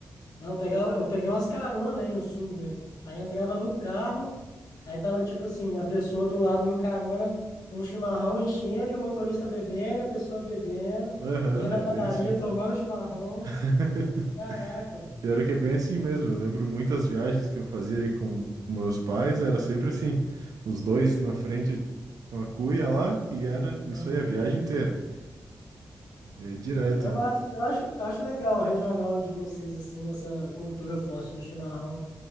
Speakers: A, on the left; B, on the right.
A: Não, eu pegava, eu peguei umas caronas aí no sul, né? Aí entrava no carro, aí tava tipo assim, a pessoa do lado no carona, um chimarrão enchendo e o motorista bebendo, e a pessoa bebendo,
B: Aham,
A: ia na
B: é
A: padaria
B: bem assim.
A: tomando chimarrão.
B: <laughs>
A: Caraca, mano.
B: Pior é que é bem assim mesmo. Eu lembro muitas viagens que eu fazia aí com meus pais, era sempre assim, os dois na frente com a cuia lá, e era isso
A: Aham.
B: aí a viagem
A: <laughs>
B: inteira. E é direto.
A: É massa. Eu acho, eu acho legal o regional de vocês, assim, essa cultura forte do chimarrão.